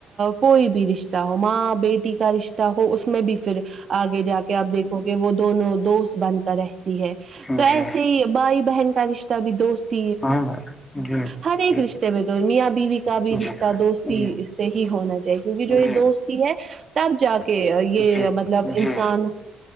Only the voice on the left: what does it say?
جی
ہاں جی
جی
جی
ہاں
جی
جی
جی جی